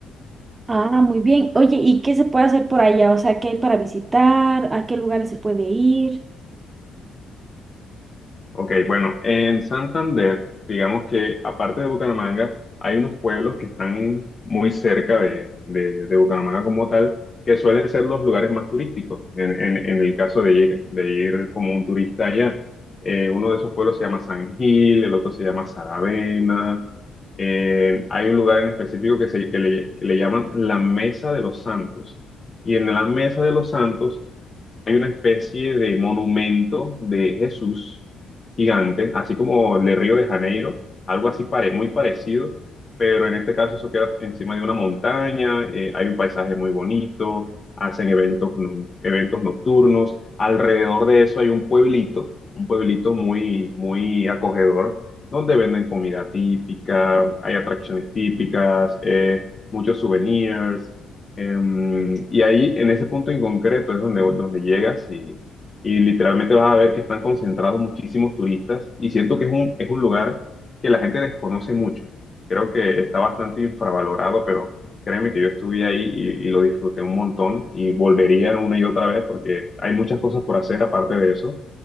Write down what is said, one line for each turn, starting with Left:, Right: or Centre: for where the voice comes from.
Right: Ah, muy bien. Oye, ¿y qué se puede hacer por allá? O sea, ¿qué hay para visitar? ¿A qué lugares se puede ir?
Left: Ok, bueno, en Santander, digamos que aparte de Bucaramanga, hay unos pueblos que están muy cerca de, de- de Bucaramanga como tal, que suelen ser los lugares más turísticos, en, en- en el caso de ir, de ir como un turista allá. Eh, uno de esos pueblos se llama San Gil, el otro se llama Saravena. Eh, hay un lugar en específico que, se, que le, que le llaman la Mesa de los Santos. Y en la Mesa de los Santos hay una especie de monumento de Jesús gigante, así como el de Río de Janeiro, algo así pare- muy parecido, pero en este caso eso queda encima de una montaña, eh, hay un paisaje muy bonito, hacen eventos, no- eventos nocturnos, alrededor de eso hay un pueblito, un pueblito muy, muy acogedor, donde venden comida típica, hay atracciones típicas, eh, muchos souvenirs. Em, y ahí, en ese punto en concreto, es donde, donde llegas y, y literalmente vas a ver que están concentrados muchísimos turistas y siento que es un, es un lugar que la gente desconoce mucho. Creo que está bastante infravalorado, pero créeme que yo estuve ahí y, y lo disfruté un montón y volvería una y otra vez porque hay muchas cosas por hacer aparte de eso.